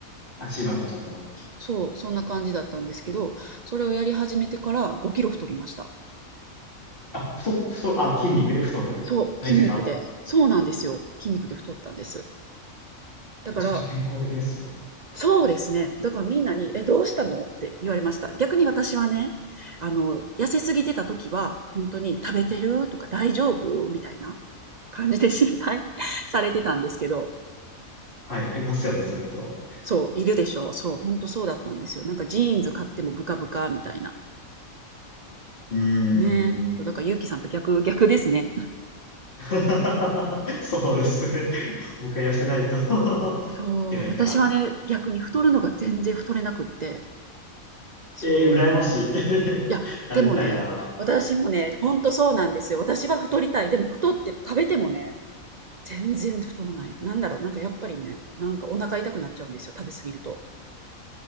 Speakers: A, on the left; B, on the right.
A: あ、シーマルコちゃんの。
B: そう、そんな感じだったんですけど、それをやり始めてから5キロ太りました。
A: あ、太、太、あ、筋肉で太る。
B: そう、
A: 体重が。
B: 筋肉で。そうなんですよ。筋肉で太ったんです。だから、
A: めちゃくちゃ健康的ですね。
B: そうですね。だからみんなに、え、どうしたのって言われました。逆に私はね、あの、痩せすぎてた時は、本当に食べてるとか大丈夫みたいな感じで心配 <laughs> されてたんですけど、
A: はい。いますよね、そういう人。
B: そう、いるでしょう。そう、本当そうだったんですよ。なんかジーンズ買ってもブカブカみたいな。
A: うーん。
B: ねえ。そうだから、ゆうきさんと逆、逆ですね。
A: <laughs> そうですね。僕は痩せないと <laughs>
B: そう、
A: いけないから。
B: 私はね、逆に太るのが全然太れなくって、そう、
A: えー、羨ましい。<laughs>
B: いや、
A: なりたいな。
B: でもね、私もね、ほんとそうなんですよ。私は太りたい。でも太っても食べてもね、全然太らない。なんだろう、なんかやっぱりね、なんかお腹痛くなっちゃうんですよ、食べ過ぎると。